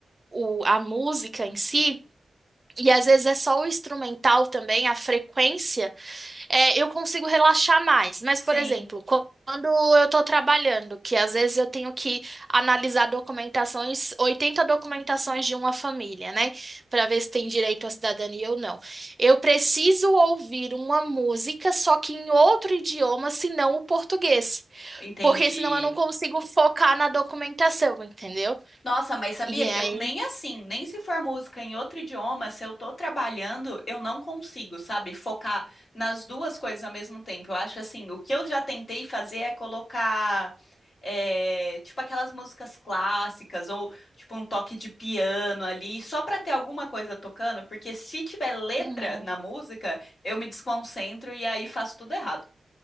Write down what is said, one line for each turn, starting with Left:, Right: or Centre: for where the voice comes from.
Right: o- a música em si, e às vezes é só o instrumental também, a frequência é, eu consigo relaxar mais. Mas,
Left: Sim,
Right: por exemplo, quando eu estou trabalhando, que às vezes eu tenho que analisar documentações, 80 documentações de uma família, né? Para ver se tem direito à cidadania ou não. Eu preciso ouvir uma música, só que em outro idioma, senão o português.
Left: entendi.
Right: Porque senão eu não consigo focar na documentação, entendeu?
Left: Nossa, mas sabia?
Right: E aí.
Left: Eu nem assim, nem se for música em outro idioma, se eu tô trabalhando, eu não consigo, sabe? Focar nas duas coisas ao mesmo tempo. Eu acho assim, o que eu já tentei fazer é colocar, é, tipo, aquelas músicas clássicas, ou tipo um toque de piano ali, só pra ter alguma coisa tocando, porque se tiver letra
Right: Uhum.
Left: na música, eu me desconcentro e aí faço tudo errado.